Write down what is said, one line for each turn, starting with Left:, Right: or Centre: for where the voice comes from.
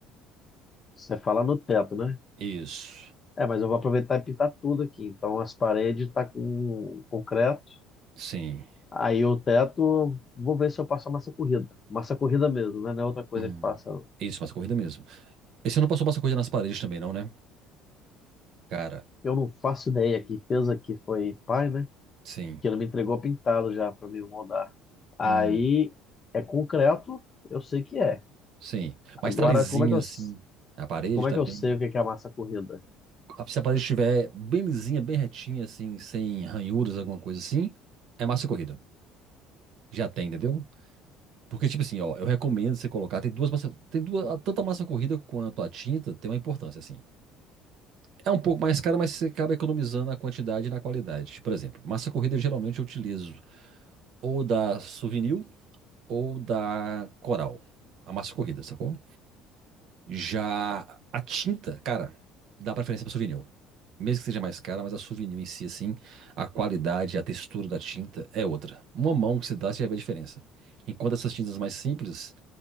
Left: Você fala no teto, né?
Right: Isso.
Left: É, mas eu vou aproveitar e pintar tudo aqui. Então as paredes tá com concreto.
Right: Sim.
Left: Aí o teto, vou ver se eu passo a massa corrida. Massa corrida mesmo, né? Não é outra coisa
Right: Hum.
Left: que passa, não.
Right: Isso, massa corrida mesmo. E você não passou massa corrida nas paredes também, não, né? Cara,
Left: Eu não faço ideia. Quem fez aqui foi pai, né?
Right: sim.
Left: Que ele me entregou pintado já para me moldar. Aí
Right: Hum.
Left: é concreto, eu sei que é.
Right: Sim. Mas
Left: Agora,
Right: tá lisinha,
Left: como é que eu, s-
Right: assim. A parede
Left: como é
Right: tá
Left: que
Right: bem.
Left: eu sei o que que é a massa corrida?
Right: Ah, Se a parede estiver bem lisinha, bem retinha, assim, sem ranhuras, alguma coisa assim, é massa corrida. Já tem, entendeu? Porque, tipo assim, ó, eu recomendo você colocar. Tem duas massas. Tem duas. a- Tanto a massa corrida quanto a tinta tem uma importância, assim. É um pouco mais cara, mas você acaba economizando na quantidade e na qualidade. Por exemplo, massa corrida geralmente eu utilizo ou da Souvenir ou da Coral. A massa corrida, sacou? Já a tinta, cara, dá preferência pra souvenir. Mesmo que seja mais cara, mas a souvenir em si, assim, a qualidade, a textura da tinta é outra. Uma mão que você dá, você já vê a diferença. Enquanto essas tintas mais simples,